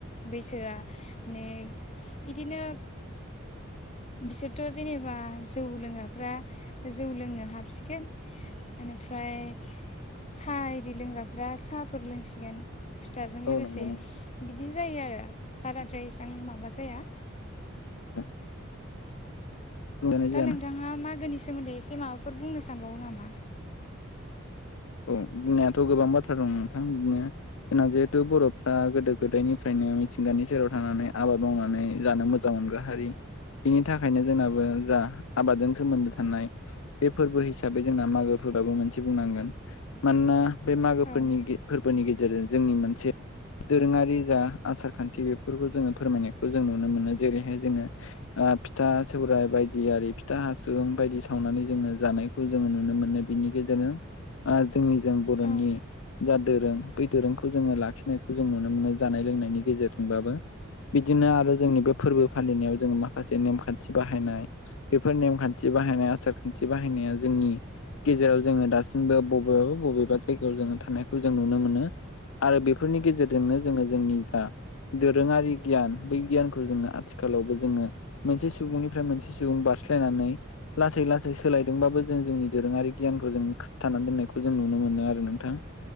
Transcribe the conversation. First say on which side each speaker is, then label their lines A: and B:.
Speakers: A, on the left (about 35°); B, on the left (about 80°).
A: बैसोआ नेग बिदिनो बिसोरथ' जेनेबा जौ लोंग्राफ्रा जौ लोंनो हाबसिगोन। बेनिफ्राय साहा इदि लोंग्राफ्रा साहा फोर लोंसिगोन फिथाजों लोगोसे
B: औ नंगौ नोंथां
A: बिदि जायो आरो बाराद्राय इसां माबा जाया
B: <inaudible> बुंनाय
A: दा
B: जायाना
A: नोंथाङा मागोनि सोमोन्दै एसे माबाफोर बुंनो सानबावो नामा।
B: औ बिनायाथ' गोबां बाथ्रा दं नोंथां बिदिनो जोंना जिहेथु बर'फ्रा गोदो गोदायनिफ्रायनो मिथिंगानि सेराव थानानै आबाद मावनानै जानो मो जां मोनग्रा हारि बिनि थाखायनो जोंनाबो जा आबादजों सोमोन्दो थानाय बे फोरबो हिसाबै जोंना मागोफोराबो मोनसे बुंनांगोन। मानोना बे मागोफोरनि
A: औ
B: फोरबोनि गेजेरजों जोंनि मोनसे दोरोङारि जा आसार खान्थि बेफोरखौ जोंङो फोरमायनायखौ जों नुनो मोनो जेरैहाय जोंङो फिथा सौरायाइ बायदि आरि फिथा हासु बायदि सावनानै जोंङो जानाय खौ जोंङो नुनो मोनो बिनि गेजेरजों जोंनिजों बर'नि
A: ओं
B: जा दोरों बै दोरोंखौ जोंङो लाखिनायखौ जों नुनो मोनो जानाय लोंनायनि गेजेरजोंबाबो बिदिनो आरो जोंनि बे फोरबो फालिनायाव जों माखासे नेमखान्थि बाहायनाय बेफोर नेमखान्थि बाहायनाय आसार खान्थि बाहायनाया जोंनि गेजेराव जोंङो दासि म बबेबा बबेबा जायगायाव जों थानायखौ जों नुनो मोनो। आरो बेफोरनि गेजेरजोंनो जोंङो जोंनि जा दोरोङारि गियान बै गियानखौ जोंङो आथिखालावबो जोंङो मोनसे सुबुंनिफ्राय मोनसे सुबुं बारस्लायनानै लासै लासै सोलायदोंबाबो जों जोंनि दोरोङारि गियानखौ जों थानानै दोननायखौ जों नुनो मोनो आरो नोंथां।